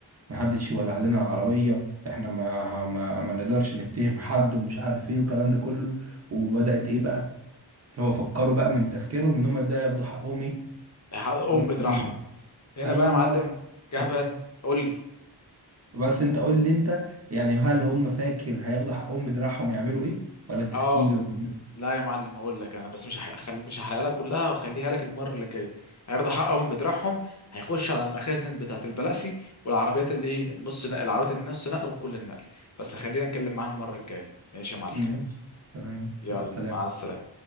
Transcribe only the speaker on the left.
حقهم
بدراعهم هنا
بقى يا معلم جه
بقى قول لي
اه
لا يا معلم اقول لك انا بس مش هخل... مش هحرقها لك كلها واخليها لك المره اللي جايه هياخدوا حقهم بدراعهم هيخش على المخازن بتاعه البلاسي والعربيات الايه نص نقل العربيات النص نقل وكل النقل بس خلينا اتكلم معانا المره الجايه ماشي يا معلم
يلا
مع السلامه